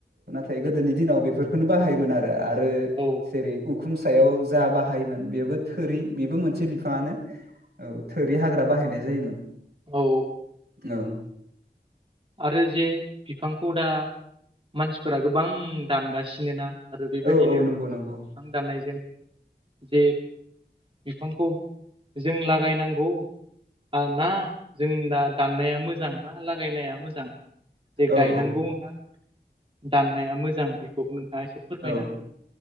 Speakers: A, on the right (about 70°); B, on the right (about 30°).
A: फाय गोदोनि दिनाव बेफोरखोनो बाहायोमोन आरो आरो
B: औ
A: जेरै उ खुम सायाव जा बाहायोमोन बेबो थोरि बेबो मोनसे बिफाङानो औ। थोरि हाग्रा बाहायनाय जायोमोन।
B: औ
A: ओं
B: आरो जे बिफांखौ दा मानसिफोरा गोबां दानगासिनो ना आरो बेबायदिनो
A: औ औ
B: बिफां
A: नंगौ नंगौ
B: दाननायजों जे बिफांखौ जों लागायनांगौ बा ना जों दा दाननाया मोजां ना लागायनाया मोजां जे गायनांगौना
A: औ औ
B: दाननाया मोजां बेखौबो नोंथाङा एसे फोरमायना
A: औ